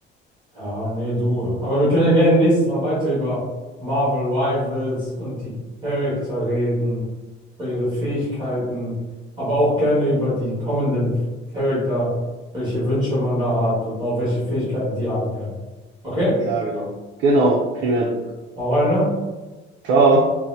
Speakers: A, on the right; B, on the right.
A: Ja, nee, du. Aber wir können ja gerne nächstes Mal weiter über Marvel Rivals und die Charakter reden, über ihre Fähigkeiten, aber auch gerne über die kommenden Charakter, welche Wünsche man da hat und auch welche Fähigkeiten die haben können. Okay?
B: Ja, genau. Genau, prima.
A: Hau rein, ne?
B: Ciao.